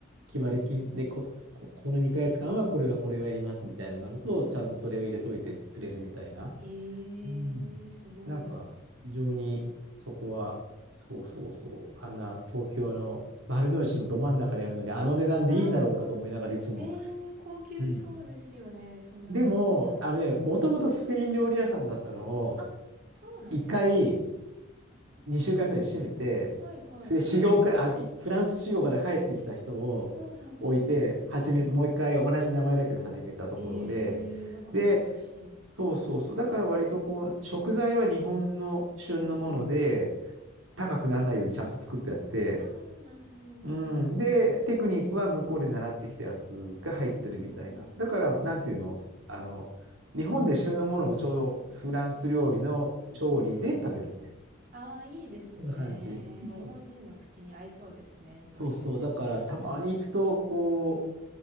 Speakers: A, on the right (about 85°); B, on the right (about 50°).
A: 決まり金でこ、こ、この2ヶ月間はこれはこれをやりますみたいなのがあると、
B: うん、
A: ちゃんとそれを入れといてくれるみたいな。
B: うん。へえ、
A: うん。
B: すごい。
A: なんか、非常にそこは、そうそうそう、あんな東京の丸の内のど真ん中にあるのに、あの値段でいいんだろうかと思いながらいつも。
B: ああ、ええ、高級そうですよね。
A: うん。
B: そんなところにあるって。
A: でも、あのね、もともとスペイン料理屋さんだったのを、
B: あ、そうなんですか。
A: 一回、2週間ぐらい閉めて、
B: はい、はい。
A: それで修行から、あ、フランス修行から帰ってきた人を置いて、
B: ほうほう。
A: 始め、
B: はい。
A: もう一回同じ名前だけど始めたところで、
B: ええ、なんか珍しい。
A: で、そうそうそう。だから割とこう、食材は日本の旬のもので、
B: うん、うん。
A: 高くならないようにちゃんと作ってあって、
B: ああ、なるほど、なるほど。
A: うん。で、テクニックは向こうで習ってきたやつが入ってるみたいな。
B: うんうんうん。
A: だから、なんていうのあの、日本で旬のものをちょうどフランス料理の調理で食べるみたいな。
B: うんうん。ああ、いいですね。
A: そんな感じ。うん。
B: 日本人の口に合いそうですね。そういう食材使うと。
A: そうそう。だから、たまに行くと、こう、